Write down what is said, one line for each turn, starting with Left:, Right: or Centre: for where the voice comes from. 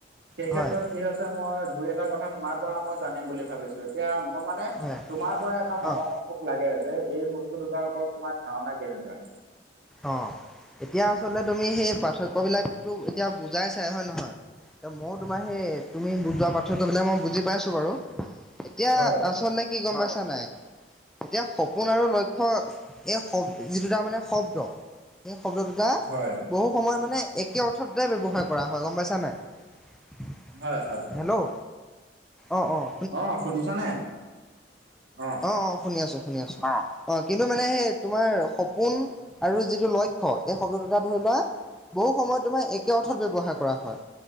Right: সেই
Centre: হয়
Right: ক্ষেত্ৰত কি হৈছে মই দুই এটা কথা তোমাৰ পৰা মই জানিম বুলি ভাবিছোঁ। এতিয়া মই মানে
Centre: হয়
Right: তোমাৰ পৰা এটা মতামত
Centre: অ',
Right: মোক লাগে যে এই বস্তু দুটাৰ ওপৰত তোমাৰ ধাৰণা কেনেকুৱা?
Centre: অঁ। এতিয়া আচলতে তুমি সেই পাৰ্থক্য বিলাকতো এতিয়া বুজাই চাই, হয় নহয়? এ মও তোমাৰ সেই তুমি বুজোৱা পাৰ্থক্য বিলাক মই বুজি পাইছোঁ বাৰু। এতিয়া
Right: হয়
Centre: আচলতে কি গম পাইছা নাই? এতিয়া সপোন আৰু লক্ষ্য এই শব যি দুটা মানে শব্দ এই শব্দ দুটা
Right: হয়
Centre: বহু সময়ত মানে একে অৰ্থতে ব্যৱহাৰ কৰা হয়। গম পাইছা নাই?
Right: হয় হয়।
Centre: হেল্ল' অঁ অঁ।
Right: অঁ শুনিছ নে? অঁ।
Centre: অঁ শুনি আছোঁ শুনি আছোঁ। অঁ, অঁ কিন্তু মানে সেই তোমাৰ সপোন আৰু যিটো লক্ষ্য‌ এই শব্দ দুটা ধৰি লোৱা বহু সময়ত তোমাৰ একে অৰ্থত ব্যৱহাৰ কৰা হয়।